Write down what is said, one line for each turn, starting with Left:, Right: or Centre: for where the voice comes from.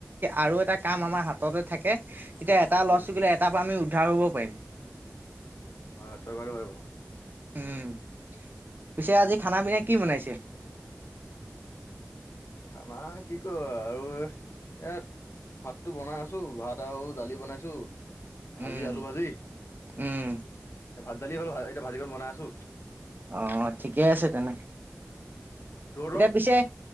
Right: আৰু এ ক আমাৰ হাত তে থাকে তেতিয়া এটা <unintelligible>
Left: উম,
Right: এটা পৰা আমি উদ্ধ হব পাৰিম
Left: হয়, <unintelligible> হয় বাৰু
Right: উম পিছে আজি খানা পিনা কি বনাইছে?
Left: খানা আমি কি কৰো আৰু ইয়াত ভাতটো বনাই আছো ভাত আৰু দালি বনাইছো ভাজি
Right: উম,
Left: আলু ভাজি,
Right: উম,
Left: এ ভাত দালি হ'ল এতিয়া ভাজিতো বনাই আছো।
Right: অ ঠিকে আছে তেনে
Left: তহঁতৰ
Right: এতিয়া পিছে